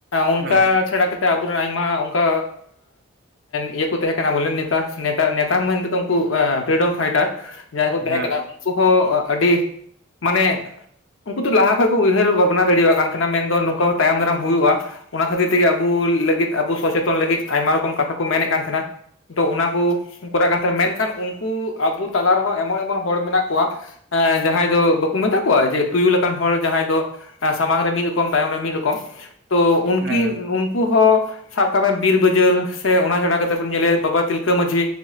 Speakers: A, on the left; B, on the right.
A: ᱚᱱᱠᱟ
B: ᱦᱮᱸ
A: ᱪᱷᱟᱲᱟ ᱠᱟᱛᱮᱜ ᱟᱵᱚᱨᱮᱱ ᱟᱭᱢᱟ ᱚᱱᱠᱟ ᱤᱭᱟᱹ ᱠᱚ ᱛᱟᱦᱮᱸ ᱠᱟᱱᱟ ᱵᱚᱞᱮ ᱱᱮᱛᱟ ᱱᱮᱛᱟ ᱢᱮᱱᱛᱮᱫᱚ ᱩᱱᱠᱩ ᱯᱷᱤᱨᱤᱰᱚᱢ ᱯᱷᱟᱭᱴᱟᱨ ᱡᱟᱦᱟᱸᱭ ᱠᱚ ᱛᱟᱦᱮᱸ
B: ᱦᱮᱸ
A: ᱠᱟᱱᱟ ᱩᱱᱠᱩ ᱦᱚᱸ ᱟᱹᱰᱤ ᱢᱟᱱᱮ ᱩᱱᱠᱩ ᱫᱚ ᱞᱟᱦᱟ ᱠᱷᱚᱡ ᱠᱚ ᱩᱭᱦᱟᱹᱨ ᱵᱷᱟᱵᱽᱱᱟ ᱫᱟᱲᱮᱣᱟᱜ ᱠᱟᱱ ᱛᱟᱦᱮᱱᱟ ᱢᱮᱱᱫᱚ ᱱᱚᱝᱠᱟ ᱦᱚᱸ ᱛᱟᱭᱚᱢ ᱫᱟᱨᱟᱢ ᱦᱩᱭᱩᱜᱼᱟ ᱚᱱᱟ ᱠᱷᱟᱹᱛᱤᱨ ᱛᱮᱜᱮ ᱟᱵᱚ ᱞᱟᱹᱜᱤᱫ ᱟᱵᱚ ᱥᱚᱪᱮᱛᱚᱱ ᱞᱟᱹᱜᱤᱫ ᱟᱭᱢᱟ ᱨᱚᱠᱚᱢ ᱠᱟᱛᱷᱟ ᱠᱚ ᱢᱮᱱᱮᱫ ᱠᱟᱱ ᱛᱟᱦᱮᱱᱟ᱾ ᱛᱚ ᱚᱱᱟ ᱠᱩ ᱩᱱᱠᱩᱨᱟᱜ ᱠᱟᱛᱷᱟ ᱢᱮᱱᱠᱷᱟᱱ ᱩᱱᱠᱩ ᱟᱵᱚ ᱛᱟᱞᱟ ᱨᱮᱦᱚᱸ ᱮᱢᱚᱱ ᱮᱢᱚᱱ ᱦᱚᱲ ᱢᱮᱱᱟᱜ ᱠᱚᱣᱟ ᱮ ᱡᱟᱦᱟᱸᱭ ᱫᱚ ᱵᱟᱠᱚ ᱢᱮᱛᱟ ᱠᱚᱣᱟ ᱡᱮ ᱛᱩᱭᱩ ᱞᱮᱠᱟᱱ ᱦᱚᱲ ᱡᱟᱦᱟᱸᱭ ᱫᱚ ᱥᱟᱢᱟᱝ ᱨᱮ ᱢᱤᱫ ᱨᱚᱠᱚᱢ ᱛᱟᱭᱚᱢ ᱨᱮ ᱢᱤᱫ ᱨᱚᱠᱚᱢ ᱛᱚ ᱩᱱᱠᱤ
B: ᱦᱮᱸ
A: ᱩᱱ ᱩᱱᱠᱩ ᱦᱚᱸ ᱥᱟᱵ ᱠᱟᱜ ᱢᱮ ᱵᱤᱨ ᱵᱟᱹᱡᱟᱹᱞ ᱥᱮ ᱚᱱᱟ ᱪᱷᱟᱲᱟ ᱠᱟᱛᱮᱫ ᱵᱚᱱ ᱧᱮᱞᱮᱭᱟ ᱵᱟᱵᱟ ᱛᱤᱞᱠᱟᱹ ᱢᱟᱡᱷᱤ